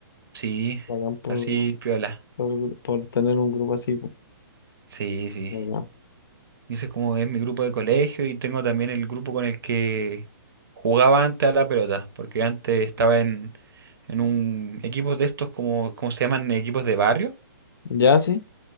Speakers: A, on the right; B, on the left.
A: Sí,
B: Bacán por,
A: así piola.
B: por, por tener un grupo así. pues,
A: Sí, sí.
B: bacán.
A: Dice como es mi grupo de colegio y tengo también el grupo con el que jugaba antes a la pelota, porque antes estaba en, en un equipo de estos como, como se llaman equipos de barrio,
B: Ya, sí.